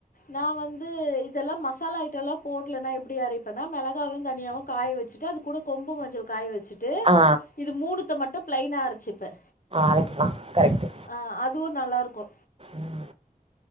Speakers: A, on the left (about 65°); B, on the right (about 40°).
A: நா வந்து இதெல்லா மசாலா ஐட்டல்லா போடலன்னா எப்டி அரைப்பன்னா மெளகாவு தனியாவு காய வச்சுட்டு அது கூட கொம்பு மஞ்சள் காய வச்சுட்டு
B: ஆ
A: இது மூணுத்த மட்டு ப்ளைனா அரைச்சுப்பே
B: அரைக்கலா கரெக்ட்டு
A: ஆ அதுவும் நல்லா இருக்கு
B: ம்